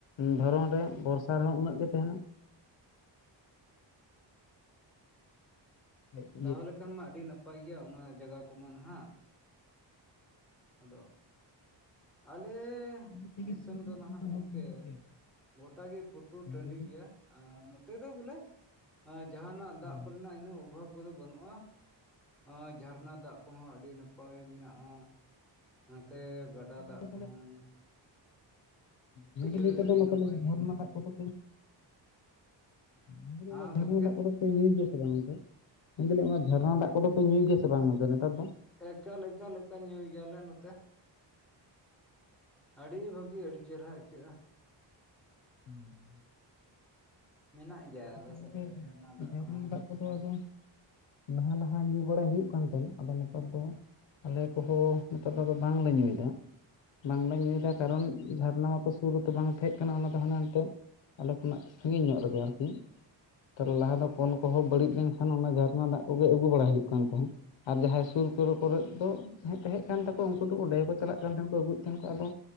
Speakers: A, on the left; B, in the centre.
A: ᱫᱷᱚᱨᱚᱱ ᱨᱮ ᱵᱚᱨᱥᱟ ᱨᱮᱦᱚᱸ ᱩᱱᱟᱹᱜ ᱜᱮ ᱛᱟᱦᱮᱸᱱᱟ᱾ ᱦᱮᱡ
B: ᱛᱟᱦᱚᱞᱮ ᱠᱷᱟᱱ ᱢᱟ ᱟᱹᱰᱤ ᱱᱟᱯᱟᱭ ᱜᱮᱭᱟ ᱚᱱᱟ ᱡᱟᱜᱟ ᱠᱚᱢᱟ ᱱᱟᱦᱟᱜ ᱟᱫᱚᱼᱼ ᱟᱞᱮᱼᱼ
A: ᱟᱹᱰᱤ ᱥᱟᱺᱜᱤᱧ
B: ᱫᱤᱥᱚᱢ
A: ᱥᱟᱺᱜᱤᱧ ᱠᱷᱚᱱᱟᱜ
B: ᱫᱚ ᱱᱟᱦᱟᱜ
A: ᱚᱱᱠᱟ
B: ᱜᱚᱝᱠᱮ
A: ᱦᱚᱲ ᱠᱚ ᱦᱤᱡᱩᱜ ᱜᱮᱭᱟ ᱠᱚ
B: ᱜᱚᱴᱟ ᱜᱮ ᱯᱩᱴᱩᱨ
A: ᱦᱮᱸ
B: ᱴᱟᱹᱰᱤ
A: ᱞᱟᱹᱭ ᱵᱤᱱ
B: ᱜᱮᱭᱟ ᱱᱚᱛᱮ ᱫᱚ ᱵᱚᱞᱮ ᱡᱟᱦᱟᱸᱱᱟᱜ ᱫᱟᱜ
A: ᱦᱮᱸ
B: ᱠᱚᱨᱮᱱᱟᱜ ᱤᱱᱟᱹᱜ ᱚᱵᱷᱟᱵᱼᱼ ᱠᱚᱫᱚ ᱵᱟᱹᱱᱩᱜᱼᱟ ᱟᱸ ᱡᱷᱟᱨᱱᱟ ᱫᱟᱜ ᱠᱚᱦᱚᱸ ᱟᱹᱰᱤ ᱱᱟᱯᱟᱭ ᱢᱮᱱᱟᱜᱼᱟ ᱚᱱᱟᱛᱮ ᱜᱟᱰᱟ
A: ᱜᱚᱝᱠᱮ
B: ᱫᱟᱜ ᱠᱚᱦᱚᱸ
A: ᱱᱚᱸᱵᱮ
B: ᱡᱤᱭᱟᱹᱲ
A: ᱞᱟᱹᱭ ᱠᱟᱫᱟ
B: ᱟᱹᱰᱤ
A: ᱢᱚᱛᱞᱚᱵ
B: ᱱᱟᱯᱟᱭ ᱜᱮ
A: ᱡᱷᱚᱨᱱᱟ
B: ᱚᱱᱟᱛᱮ
A: ᱫᱟᱜ
B: ᱵᱩᱡᱷᱟᱹᱜᱼᱟ
A: ᱠᱚᱫᱚᱯᱮ ᱚᱱᱰᱮ
B: ᱦᱮᱸ
A: ᱚᱱᱟ ᱡᱷᱟᱨᱱᱟ
B: ᱜᱚᱝᱠᱮ
A: ᱫᱟᱜ ᱠᱚᱫᱚᱼᱼ ᱧᱩᱭ ᱜᱮᱭᱟ ᱥᱮ ᱵᱟᱝ ᱚᱱᱛᱮ ᱢᱮᱱ ᱫᱟᱹᱞᱤᱧ ᱚᱱᱟ ᱡᱷᱟᱨᱱᱟ
B: ᱪᱮᱫ
A: ᱫᱟᱜ ᱠᱚᱫᱚ ᱯᱮ ᱧᱩᱭ ᱜᱮᱭᱟ ᱥᱮ ᱵᱟᱝ ᱚᱱᱛᱮ ᱱᱮᱛᱟᱨ ᱫᱚ?
B: ᱮᱠᱟᱞ ᱮᱠᱟᱞ ᱮᱠᱟᱞ ᱧᱩᱭ ᱜᱮᱭᱟᱞᱮ ᱱᱚᱛᱮ᱾ ᱟᱹᱰᱤ ᱵᱷᱟᱹᱜᱤ ᱟᱹᱰᱤ ᱪᱮᱦᱨᱟ ᱟᱹᱭᱠᱟᱹᱜᱼᱟ᱾
A: ᱦᱩᱸ
B: ᱢᱮᱱᱟᱜ ᱜᱮᱭᱟ ᱟᱞᱮ ᱥᱮᱫ
A: ᱢᱚᱸᱡᱽ
B: ᱫᱚ
A: ᱜᱮ
B: ᱡᱷᱟᱨᱱᱟ ᱫᱟᱜ
A: ᱡᱷᱟᱨᱱᱟ
B: ᱠᱚᱦᱚᱸ
A: ᱫᱟᱜ ᱠᱚᱫᱚ ᱟᱫᱚ ᱞᱟᱦᱟ ᱞᱟᱦᱟ ᱧᱩ ᱵᱟᱲᱟᱭ ᱦᱩᱭᱩᱜ ᱠᱟᱱ ᱛᱟᱦᱮᱸᱱᱟ ᱟᱫᱚ ᱱᱮᱛᱟᱨ ᱫᱚᱼᱼ ᱟᱞᱮ ᱠᱚᱦᱚᱸ ᱱᱤᱛᱟᱨ ᱫᱚ ᱵᱟᱝᱞᱮ ᱧᱩᱭᱮᱫᱟ᱾ ᱵᱟᱝᱞᱮ ᱧᱩᱭᱮᱫᱟ ᱠᱟᱨᱚᱱ ᱡᱷᱟᱨᱱᱟ ᱢᱟᱛᱚ ᱥᱩᱨ ᱨᱮᱛᱚ ᱵᱟᱝ ᱛᱟᱦᱮᱸᱪ ᱠᱟᱱᱟ ᱚᱱᱟ ᱫᱚ ᱦᱟᱱᱦᱟᱱᱛᱮ ᱟᱞᱮ ᱠᱷᱚᱱᱟᱜ ᱥᱟᱺᱜᱤᱧ ᱧᱚᱜ ᱨᱮᱜᱮ ᱟᱨᱠᱤ᱾ ᱛᱟᱦᱚᱞᱮ ᱞᱟᱦᱟ ᱫᱚ ᱠᱚᱞ ᱠᱚᱦᱚᱸ ᱵᱟᱹᱲᱤᱡ ᱞᱮᱱᱠᱷᱟᱱ ᱚᱱᱟ ᱡᱷᱟᱨᱱᱟ ᱫᱟᱜ ᱠᱚᱜᱮ ᱟᱹᱜᱩ ᱵᱟᱲᱟ ᱦᱩᱭᱩᱜ ᱠᱟᱱ ᱛᱟᱦᱮᱸᱫ᱾ ᱟᱨ ᱡᱟᱦᱟᱸᱭ ᱥᱩᱨ ᱠᱚᱨᱮ ᱠᱚᱨᱮᱫ ᱫᱚ ᱛᱟᱦᱮᱪ ᱛᱟᱦᱮᱸᱫ ᱠᱟᱱ ᱛᱟᱠᱚᱣᱟ ᱩᱱᱠᱩ ᱫᱚ ᱚᱸᱰᱮ ᱜᱮᱠᱚ ᱪᱟᱞᱟᱜ ᱠᱟᱱ ᱛᱟᱦᱮᱸᱱ ᱠᱚ ᱟᱹᱜᱩᱭᱮᱫ ᱛᱟᱦᱮᱸᱱ ᱱᱟᱠᱚ ᱟᱫᱚᱼᱼ